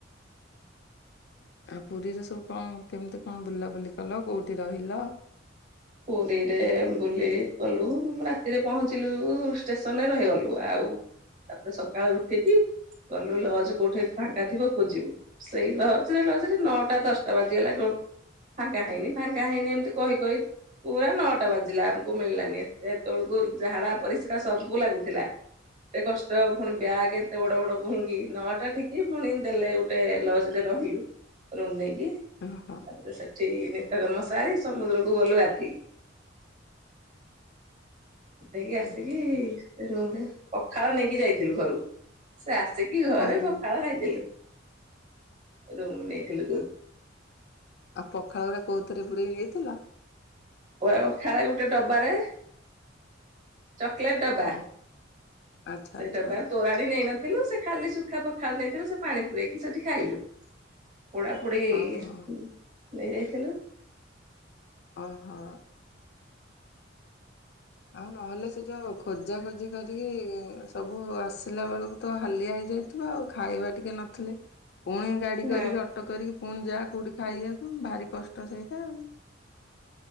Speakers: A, on the left (about 60°); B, on the right (about 40°).
A: ଆଉ ପୁରୀରେ ସବୁ କଣ କେମିତି କଣ ବୁଲାବୁଲି କଲ, କୋଉଠି ରହିଲ?
B: ପୁରୀରେ ବୁଲି ଗଲୁ ରାତିରେ ପହଞ୍ଚିଲୁ ଷ୍ଟେସନରେ ରହିଗଲୁ ଆଉ। ତାପରେ ସକାଳୁ ଉଠିକି ଗଲୁ ଲଜ କୋଉଠି ଫାଙ୍କା ଥିବ ଖୋଜିବୁ। ସେଇ ଲଜରେ ଲଜରେ ନଅଟା ଦଶଟା ବାଜିଗଲା କ। ଫାଙ୍କା ହେଇନି ଫାଙ୍କା ହେଇନି ଏମିତି କହି। ପୁରା ନଅଟା ବାଜିଲା ଆମକୁ ମିଳିଲାନି ଏତେ ତେବେଳକୁ ଝାଡା ପରିସ୍ରା ସବୁ ଲାଗୁଥିଲା। ଏତେ କଷ୍ଟ ପୁଣି ବ୍ୟାଗ୍ ଏତେ ବଡ ବଡ ବୁହିଙ୍କି ନଅଟା ଠିକି ପୁଣି ଦେଲେ ଗୋଟେ। ଲଜ ରେ ରହିଲୁ ରୁମ ନେଇକି।
A: ଓହୋ
B: ତାପରେ ସେଠି ନିତ୍ୟକର୍ମ ସାରି ସମୁଦ୍ରକୁ ଗଲୁ ଗାଧେଇ ଦେଇକି
A: ହୁଁ
B: ଆସିକି। ରୁମ ରେ, ପଖାଳ ନେଇକି ଯାଇଥିଲୁ ଘରୁ, ସେ ଆସିକି ଘରେ
A: ଓହୋ
B: ପଖାଳ ଖାଇଥିଲୁ। ରୁମ୍ ନେଇଥିଲୁ ଦୁଇ।
A: ଆଉ ପଖାଳ ଗୁଡା କୋଉଥରେ ପୁରେଇକି ନେଇଥିଲ।
B: ପଖାଳ ଗୋଟେ ଡବାରେ। ଚକୋଲେଟ ଡବା,
A: ଓହୋ ଆଚ୍ଛା
B: ସେଇ
A: ଆଚ୍ଛା
B: ଡବାର ତୋରାଣି ନେଇନଥିଲୁ। ଥିଲୁ ସେ ଖାଲି ଶୁଖା ପଖାଳ ନେଇଥିଲୁ ସେ ପାଣି ପୁରେଇକି ସେଠି ଖାଇଲୁ। ପୋଡା ପୋଡି
A: ଓହୋ
B: ନେଇ ଯାଇଥିଲୁ।
A: ଓହୋ। ଆଉ ନହେଲେ ସେ ଯୋଉ ଖୋଜା ଖୋଜି କରିକି ସବୁ ଆସିଲା ବେଳକୁ ତ ହାଲିଆ ହେଇଯାଇ ଆଉ ଖାଇବା ଟିକେ ନଥିଲେ ପୁଣି। ଗାଡି
B: ହଁ
A: କରିକି ଅଟୋ କରିକି ପୁଣି ଯା କୋଉଠି ଖାଇବାକୁ ଭାରି କଷ୍ଟ ସେଇଟା ଆଉ।